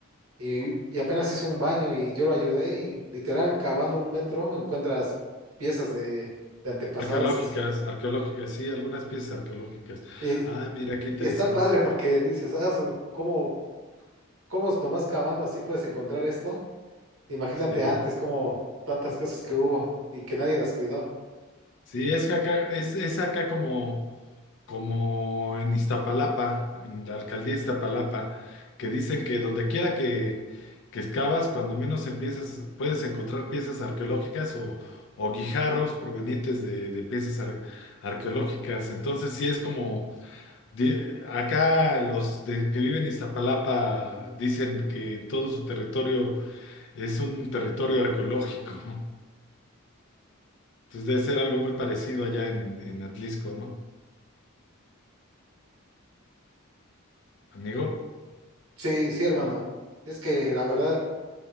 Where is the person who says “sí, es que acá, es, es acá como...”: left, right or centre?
Left